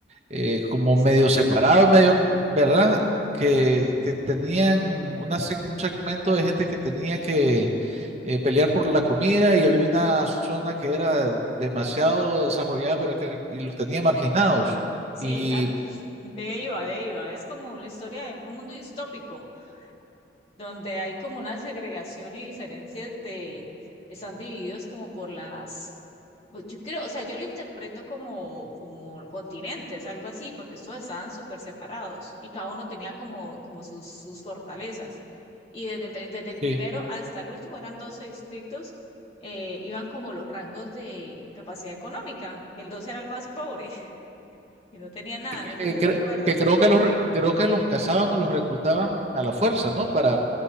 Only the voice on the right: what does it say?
eh, como
medio separados, medio, ¿verdad? Que, que tenían una, sec- un segmento de gente que tenía que eh, pelear por la comida y había una zona que era demasiado desarrollada, pero que y los tenía marginados.
Y
Sí.
y
que, cre-
que creo que los re- creo que los cazaban o los reclutaban a la fuerza, ¿no? Para,